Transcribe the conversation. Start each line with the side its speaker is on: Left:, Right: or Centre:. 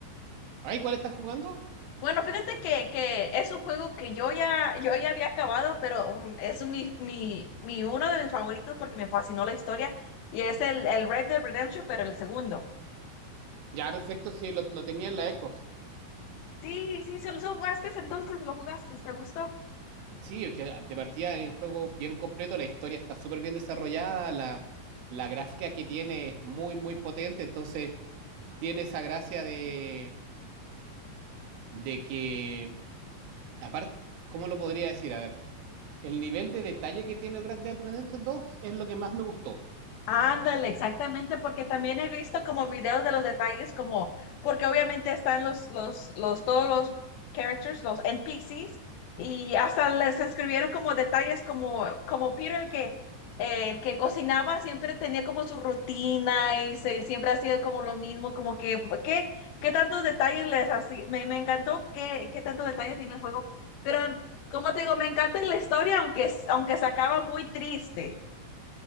Right: Ah, igual estás jugando.
Left: Bueno, fíjate que, que es un juego que yo ya, yo ya había acabado, pero um, es un- mi, mi, mi uno de mis favoritos porque me fascinó la historia y es el, el Red Dead Redemption, pero el segundo.
Right: Ya, perfecto, sí, lo, lo tenía en la Xbox.
Left: Sí, sí, se lo jugaste, entonces lo jugaste, ¿te gustó?
Right: Sí, es que de partida es un juego bien completo, la historia está súper bien desarrollada, la, la gráfica que tiene es muy, muy potente, entonces tiene esa gracia de, de que, aparte, ¿cómo lo podría decir? A ver, el nivel de detalle que tiene el Red Dead Redemption dos es lo que más me gustó.
Left: Ándale, exactamente, porque también he visto como videos de los detalles, como, porque obviamente están los, los, los, todos los characters, los NPCs, y hasta les escribieron como detalles como, como Peter, que eh, el que cocinaba siempre tenía como su rutina y se, siempre hacía como lo mismo, como que, ¿qué, qué tantos detalles les hacía? Me, me encantó qué, qué tantos detalles tiene el juego, pero como te digo, me encanta la historia, aunque, aunque se acaba muy triste.